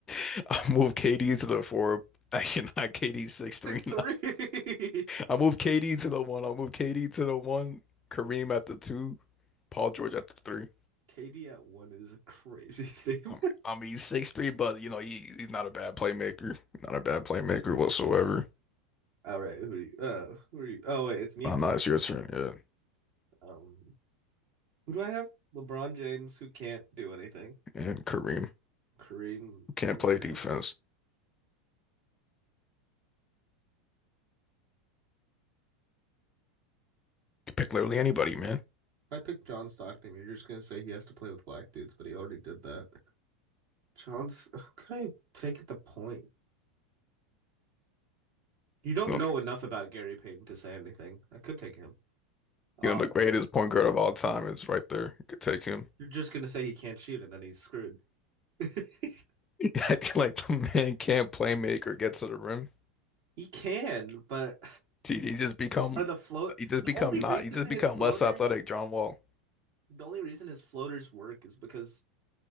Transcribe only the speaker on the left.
<laughs> I'll move KD to the four. <laughs> Actually, not KD six
three
nine.
I move KD to the one. I'll move KD to the one. Kareem at the two. Paul George at the three.
I mean, I mean he's six three, but you know he, he's not a bad playmaker. Not a bad playmaker whatsoever.
Nah,
nah, it's your turn. Yeah,
and Kareem
You can't
play
defense. You pick literally anybody, man.
No,
You know, the greatest point guard of all time is right there. You could take him.
<laughs> I feel Like the man can't play make or get to the rim.
He, he just become
he just
become
not
he just
become
less athletic. John Wall.